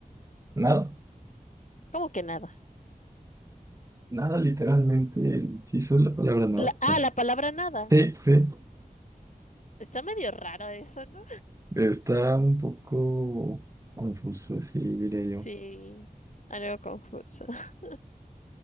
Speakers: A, on the right; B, on the left.
A: nada,
B: ¿Cómo que nada?
A: nada literalmente, si eso es la palabra nada.
B: La- ah,
A: nada.
B: la palabra nada.
A: Sí, sí,
B: Está medio raro eso, ¿no?
A: está un poco confuso, sí, diría yo.
B: Sí, algo confuso. <laughs>